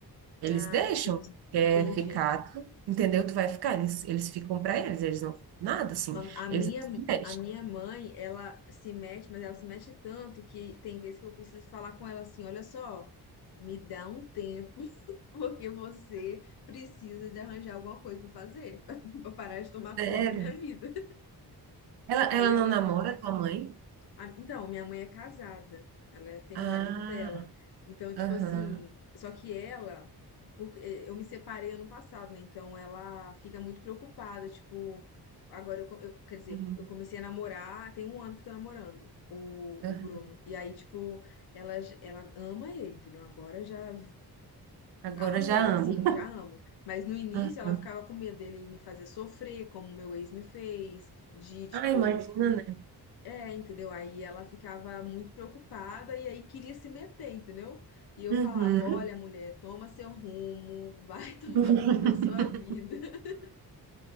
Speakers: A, on the right (about 75°); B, on the left (about 70°).
A: eles
B: Ah,
A: deixam,
B: sim,
A: quer
B: entendi.
A: ficar, tu- entendeu? Tu vai ficar. Eles, eles ficam pra eles, eles não nada assim.
B: A minha,
A: Eles não se mexem.
B: a minha mãe, ela se mete, mas ela se mete tanto que tem vezes que eu preciso falar com ela assim: olha só, me dá um tempo, <laughs> porque você precisa de arranjar alguma coisa para fazer, <laughs> para parar de tomar
A: Sério?
B: conta da minha vida.
A: Ela, ela
B: Aí
A: não
B: ela
A: namora tua mãe?
B: a- Então, minha mãe é casada, ela é, tem
A: Ah,
B: o marido dela. Então, tipo
A: aham,
B: assim, só que ela, porque eu me separei ano passado, né? Então ela fica muito preocupada, tipo, agora eu, co- eu- quer dizer,
A: sim.
B: eu comecei a namorar, tem um ano que eu tô namorando o,
A: aham.
B: o Bruno. E aí, tipo, ela, j- ela ama ele, entendeu? Agora já v-
A: Agora
B: amou,
A: já
B: assim,
A: amo. <laughs>
B: já ama. Mas no início
A: Ah,
B: ela ficava com medo dele me fazer sofrer, como meu ex me fez, de, tipo.
A: ah, imagina, né?
B: É, entendeu? Aí ela ficava muito preocupada e aí queria se meter, entendeu? E eu
A: Uhum.
B: falava: Olha, mulher, toma seu rumo, vai <laughs> tomar
A: <laughs>
B: conta da sua vida. <laughs>